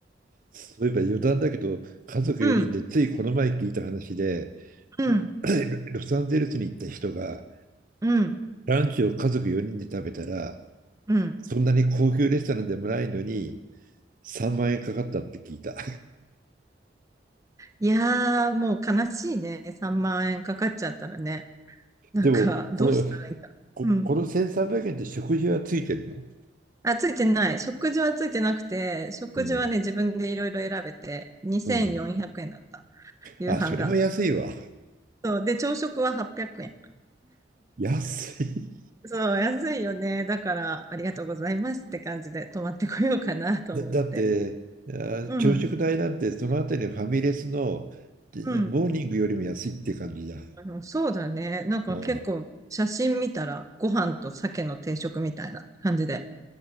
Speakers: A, on the right (about 50°); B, on the right (about 20°).
A: そういえば余談だけど、家族4人でついこの前聞いた話で、
B: うん、うん、
A: <clears throat> ロサンゼルスに行った人が、
B: うん、
A: ランチを家族4人で食べたら、
B: うん。
A: そんなに高級レストランでもないのに、3万円かかったって聞いた。
B: いやー、もう悲しいね。3万円かかっちゃったらね。
A: <laughs>
B: なんか、
A: でも、これ、
B: どうしたらいいんだろう。
A: こ、
B: うん。
A: この1300円って食事はついてるの
B: あ、ついてない。食事はついてなくて、食事はね、
A: うん、
B: 自分でいろいろ選べて、2400円だった。
A: うん。
B: 夕飯が。
A: あ、それは安いわ。
B: そう。で、朝食は800円。
A: <laughs> 安い。
B: そう、安いよね。だから、ありがとうございますって感じで、泊まってこようかなと思って。
A: だ、だって、あ朝食代なんて、
B: うん、
A: そのあたりのファミレスのでモーニングよりも安いって感じじゃん。
B: うん。あの、そうだね。なんか結構、
A: うん、あ
B: 写真見たら、ご飯と鮭の定食みたいな感じで、